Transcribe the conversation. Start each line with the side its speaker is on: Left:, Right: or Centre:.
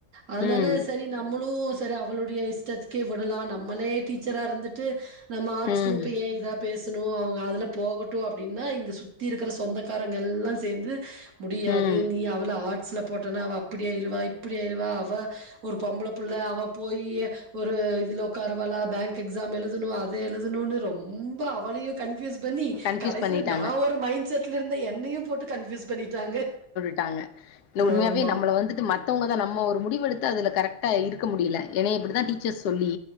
Right: அதனால
Left: ம்
Right: சரி நம்மளு சரி அவளுடைய ஸ்டதுக்கே விடலா நம்மளே டீச்சரா இருந்துட்டு நம்ம ஆர்ட்ஸ்
Left: ம்
Right: குரூப் ஏ இதா பேச் அவங்க அதுல போகட்டு அப்டின்னா இங்க சுத்தி இருக்குற சொந்தக்காரங்க எல்லா சேந்து முடியாது
Left: ம்
Right: நீ அவள ஆர்ட்ஸூல போட்டனா அவ அப்டி ஆய்ருவா இப்டி ஆயிருவா அவ ஒரு பொம்பள புள்ள அவ போயி ஒரு இதுல உட்கரவால பேங்க் எக்ஸாம் எழுதுணு அத எழுதுணுனு ரொம்ப ரொம்ப அவளியு கன்ஃயூஸ் பண்ணி
Left: கன்ஃபியூஸ்
Right: கடைசில
Left: பண்ணிட்டாங்க
Right: நா ஒரு மைண்ட் செட்ல இருந்தே என்னையு போட்டு கன்ஃயூஸ் பண்ணிட்டாங்க
Left: ங்க இல்ல உண்மையாவே
Right: ஆமா
Left: நம்மள வந்துட்டு மத் மத்தவங்க தா நம்ம ஒரு முடிவெடுத்த அதுல கரெக்டாக இருக்க முடில ஏன்ன இப்டி தா டீச்சர்ஸ் சொல்லி